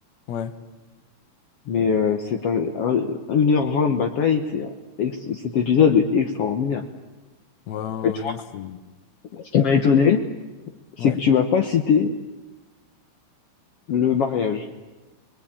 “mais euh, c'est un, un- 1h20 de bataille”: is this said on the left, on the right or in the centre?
Left